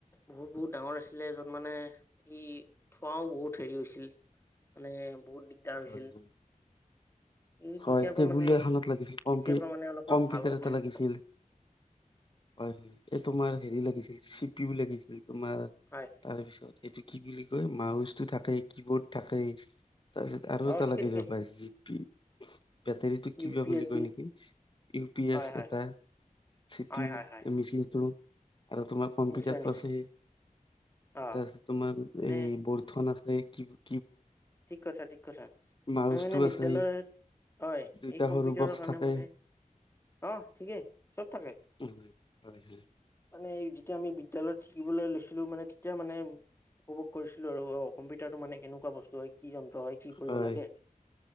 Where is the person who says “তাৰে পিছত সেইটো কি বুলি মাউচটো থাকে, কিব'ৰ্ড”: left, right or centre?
Left